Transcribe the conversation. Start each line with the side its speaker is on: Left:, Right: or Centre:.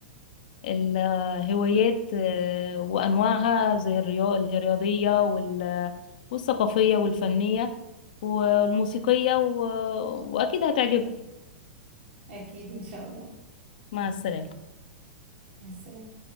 Left: الهوايات آه، وانواعها زي الرياضة الرياضية وال- والثقافية والفنية والموسيقية و... واكيد هتعجبك
Right: أكيد إن شاء الله
Left: مع السلامة
Right: مع السلامة